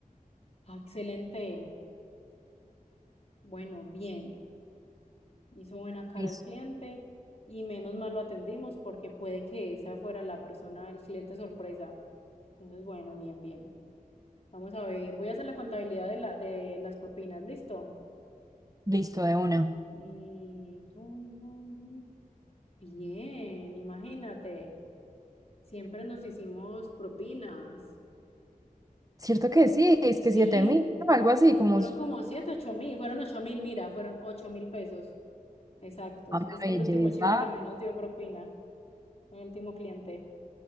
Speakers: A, on the left (about 45°); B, on the right (about 25°).
A: Ah, Excelente. Bueno, bien. Hizo buena cara
B: listo,
A: el cliente y menos mal lo atendimos porque puede que esa fuera la persona, el cliente sorpresa. Entonces, bueno, bien, bien. Vamos a ver. Voy a hacer la contabilidad de la, de las propinas, listo.
B: listo de una.
A: Mm, tum, tum, tum. Bien, imagínate. Siempre nos hicimos propinas.
B: Cierto que sí, es
A: Sí,
B: que siete mil, ¿no? algo así, como
A: fueron
B: s-
A: como siete, ocho mil, fueron ocho mil, mira, fueron ocho mil pesos exactos.
B: Ah, una
A: Es que
B: belleza.
A: el último chico también nos dio propina, el último cliente.